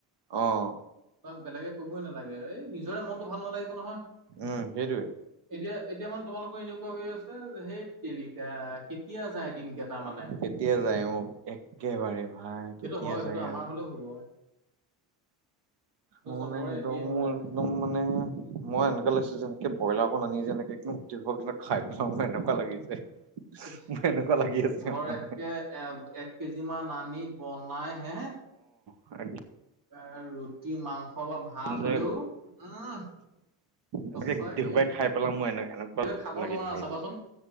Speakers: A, on the right; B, on the right.
A: অহ
B: তোমাক বেলেগে কবই নালাগে এই নিজৰে মনতো ভাল নালাগিব নহয়।
A: উম সেইটোৱে
B: এতিয়া এতিয়া মানে তোমালোকৰ এনেকুৱা হৈ আছে সেই তেৰিকা কেতিয়া যায় দিন কেইটা মানে
A: কেতিয়া যায় অ একেবাৰে ভাই
B: সেইটো
A: কেতিয়া
B: হয় সেইটো
A: যায়
B: আমাৰ
A: আৰু
B: হলেও হ'ব সেইটো
A: মানে
B: চবৰে
A: একদম
B: একেই হয়
A: একদম মানে মই এনেকুৱা লাগিছে যেন ব্ৰইলাকণ আনি যেনেকে এক খাই পেলাওঁ যেন এনেকুৱা লাগিছে
B: এ
A: মোৰ এনেকুৱা লাগি আছে
B: ধৰ
A: মানে
B: একে এ এক কেজি মান আনি বনাই হে <unintelligible>
A: হয় নি
B: আ ৰুটি মাংস বা ভাত
A: যে
B: হলেও উম সঁচাকে
A: এনেকে গোটেই সোপাই খাই পেলাম মোৰ এ এনেকুৱা
B: কিন্তু খাব
A: লাগি
B: নোৱাৰা
A: থাকে
B: চাবাচোন
A: এতিয়া